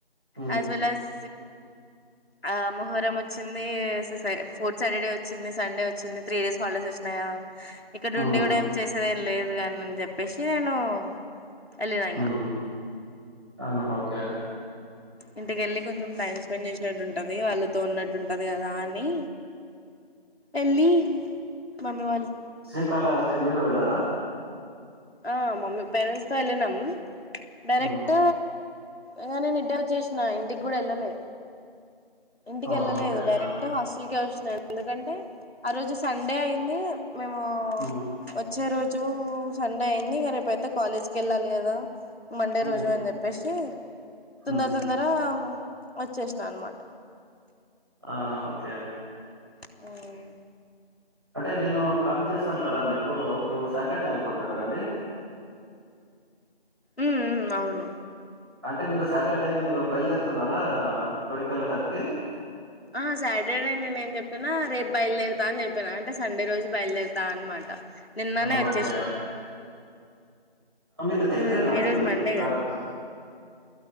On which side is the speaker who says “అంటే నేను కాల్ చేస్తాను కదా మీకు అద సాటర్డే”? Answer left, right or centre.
Right